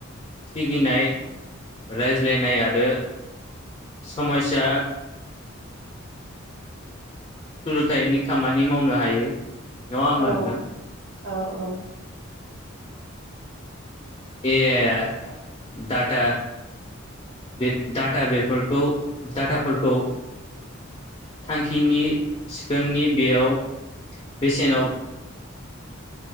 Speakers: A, on the left; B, on the right.
A: सिगिनाय, रायज्लायनाय आरो समायस्या सोलोंथाइनि खामानि मावनो हायो। नङा होमबा
B: औ औ
A: नोंथां
B: औ।
A: ए आइ आ दाटा बे डाटा बेफोरखौ डाटाफोरखौ थांखिनि सिखोननि बेयाव बेसेनाव